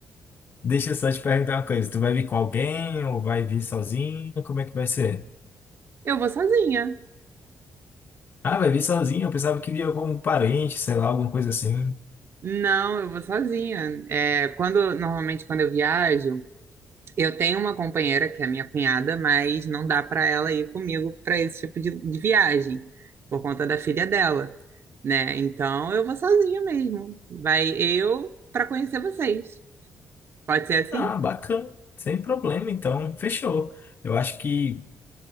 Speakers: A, on the left; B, on the right.
A: deixa eu só te perguntar uma coisa. Tu vai vir com alguém ou vai vir sozinho? Como é que vai ser?
B: Eu vou sozinha.
A: Ah, vai vir sozinho? Eu pensava que via algum parente, sei lá, alguma coisa assim.
B: Não, eu vou sozinha. É, quando normalmente quando eu viajo, eu tenho uma companheira que é minha cunhada, mas não dá para ela ir comigo para esse tipo de, de viagem por conta da filha dela, né? Então eu vou sozinha mesmo. Vai eu para conhecer vocês. Pode ser assim?
A: Ah, bacana. Sem problema, então. Fechou. Eu acho que